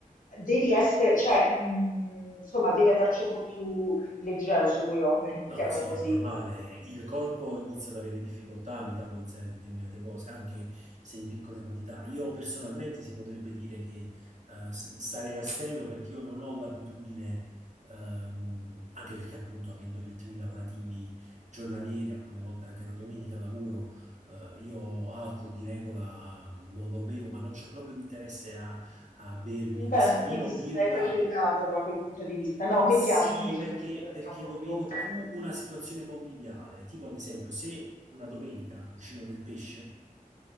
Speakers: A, on the left; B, on the right.
A: Devi essere, cioè, mh, insomma, devi andarci un po' più leggero sui tuoi organi, mettiamola
B: No, sì,
A: così.
B: è normale. Il corpo inizia ad avere difficoltà a metabolizzare determinate cose, anche se in piccole quantità. Io personalmente si potrebbe dire che eh, s- sarei astemio perché io non ho l'abitudine, ehm, anche perché appunto avendo ritmi lavorativi giornalieri, alcune volte anche la domenica lavoro, eh, io alcol di regola non lo bevo, ma non c'ho proprio l'interesse a, a bermi,
A: Beh,
B: che sia vino
A: quindi
B: o
A: sei
B: birra
A: facilitato da quel punto di vista. No, mi
B: sì,
A: piace invece,
B: perché,
A: capito? Per
B: perché
A: me è un po'
B: lo
A: più...
B: vedo più una situazione conviviale, tipo ad esempio se una domenica cucino del pesce,